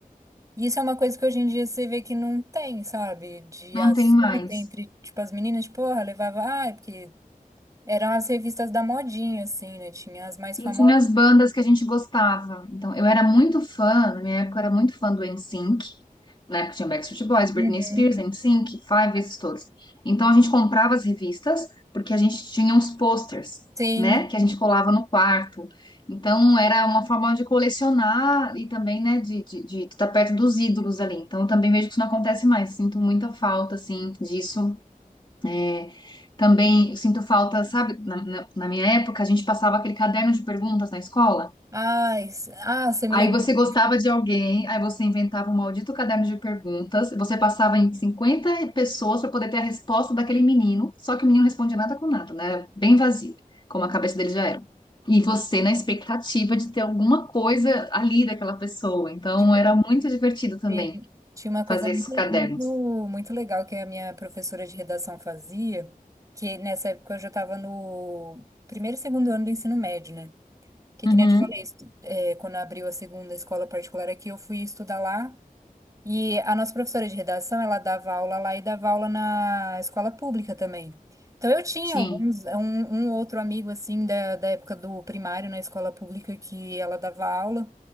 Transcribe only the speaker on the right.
E isso é uma coisa que hoje em dia você vê que não tem, sabe? De
assunto
entre, tipo, as meninas, tipo, porra, levava. Ah, é porque eram as revistas da modinha, assim, né? Tinha as mais famosas.
Uhum.
Sim,
Ai, s- ah, você me
lembrou
de, uma-
tem- tinha uma coisa
muito,
muito, muito legal que a minha professora de redação fazia, que nessa época eu já estava no primeiro e segundo ano do ensino médio, né? Que,
que nem eu te falei, estu- é, quando abriu a segunda escola particular aqui, eu fui estudar lá. E a nossa professora de redação, ela dava aula lá e dava aula na escola pública também. Então eu tinha
alguns, um, um outro amigo assim da, da época do primário na escola pública que ela dava aula.